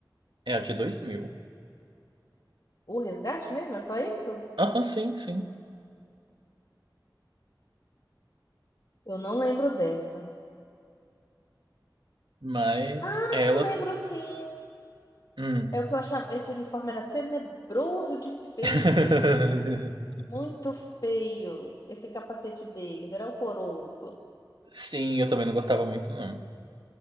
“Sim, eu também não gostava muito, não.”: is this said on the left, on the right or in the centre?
Right